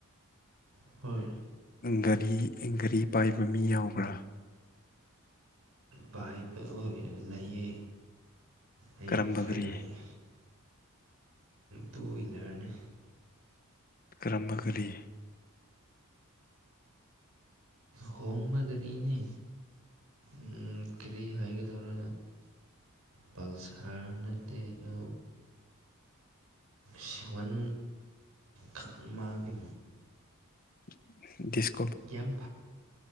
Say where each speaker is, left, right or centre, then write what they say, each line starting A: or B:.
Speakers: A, on the right (about 75°); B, on the left (about 40°).
A: ꯍꯣꯏ
B: ꯒꯥꯔꯤ ꯒꯥꯔꯤ ꯄꯥꯏꯕ ꯃꯤ ꯌꯥꯎꯕ꯭ꯔꯥ
A: ꯄꯥꯏꯕ ꯂꯩꯌꯦ ꯑꯩꯒꯤ
B: ꯀꯔꯝꯕ
A: ꯐ꯭ꯔꯦꯟ
B: ꯒꯥꯔꯤ
A: ꯂꯩꯌꯦ ꯇꯨ ꯋꯤꯂꯔꯅꯤ
B: ꯀꯔꯝꯕ ꯒꯥꫪꯤ
A: ꯍꯣꯝꯕꯒꯔꯤꯅꯦ ꯎꯝ ꯀꯔꯤ ꯍꯥꯏꯒꯗꯧꯔꯥ ꯄꯜꯁꯔ ꯅꯠꯇꯦꯗꯣ ꯁꯤꯍꯟ ꯈꯪ ꯃꯥꯒꯤ
B: <unintelligible>
A: ꯌꯥꯝ